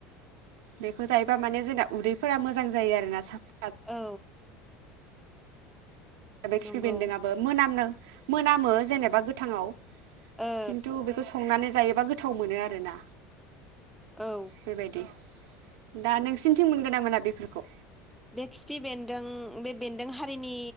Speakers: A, on the right; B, in the centre.
A: बेखौ जायोबा माने जोंना उदैफोरा मोजां जायो आरोना सा
B: औ।
A: बे खिफि
B: नंगौ
A: बेन्दों आबो मोनामनों। मोनामो जेनेबा गोथाङाव।
B: ओ
A: खिन्थु बेखौ संनानै जायो माबा गोथाव मोनो आरोना
B: औ
A: बेबायदि दा नोंसिनिथिं मोनगोन ना मोना बेफोरखौ
B: बे खिफि बेन्दों बे बेन्दों हारिनि